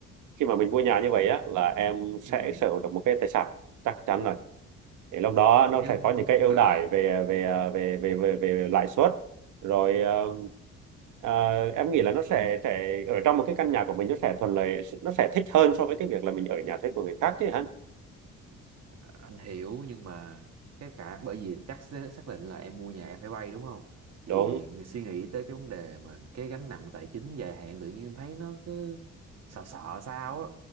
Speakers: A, on the right; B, on the right.
A: khi mà mình mua nhà như vậy á là em sẽ
B: ừ
A: sở hữu được một cái tài sản chắc chắn rồi thì lúc đó
B: nhưng
A: nó sẽ có những cái ưu
B: ờ,
A: đãi về về ờ, về về về, về lãi suất rồi ờ, ờ, em nghĩ là nó sẽ sẽ ở trong một cái căn nhà của mình nó sẽ thuận lợi nó sẽ thích hơn so với cái việc là mình ở nhà thuê của người khác chứ hả
B: anh hiểu nhưng mà cái khả bởi vì chắc sẽ xác định là em mua nhà em phải vay đúng không thì
A: đúng
B: người suy nghĩ tới cái vấn đề mà cái gánh nặng tài chính dài hạn tự nhiên em thấy nó cứ sợ sợ sao á